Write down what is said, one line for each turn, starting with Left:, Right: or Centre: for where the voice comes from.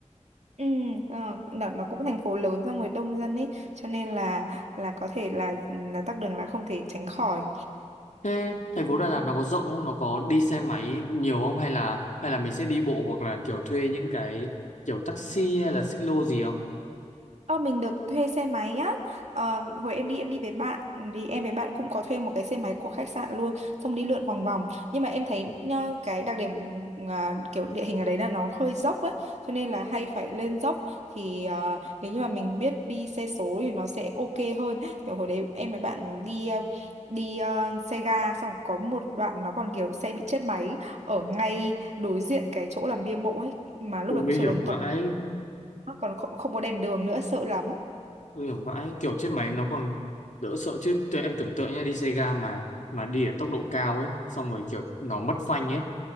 Right: ừ ờ, nó, nó cũng thành phố lớn xong rồi đông dân ấy cho nên là là có thể là ừ, là tắc đường là không thể tránh khỏi
Left: Thế thành phố Đà Lạt nó có rộng không? Nó có đi xe máy nhiều không hay là hay là mình sẽ đi bộ hoặc là kiểu thuê những cái kiểu taxi hay là xích lô gì không?
Right: Ờ, mình được thuê xe máy á Ờ, hồi em đi em đi với bạn thì em với bạn cũng có thuê một cái xe máy của khách sạn luôn xong đi lượn vòng vòng nhưng mà em thấy ờ, cái đặc điểm à, kiểu địa hình ở đấy là nó hơi dốc ấy cho nên là hay phải lên dốc thì ờ, nếu như mà mình biết đi xe số thì nó sẽ ok hơn kiểu hồi đấy em với bạn đi ờ, đi ờ, xe ga xong có một đoạn nó còn kiểu xe bị chết máy ở ngay đối diện cái chỗ làm bia mộ ấy mà lúc
Left: Ừ,
Right: đấy cũng
Left: nguy
Right: trời
Left: hiểm
Right: còn
Left: vãi.
Right: tối còn không không có đèn đường nữa sợ lắm
Left: nguy hiểm vãi kiểu chết máy nó còn đỡ sợ chứ tụi em tưởng tượng nha đi xe ga mà mà đi ở tốc độ cao ấy xong rồi kiểu nó mất phanh ấy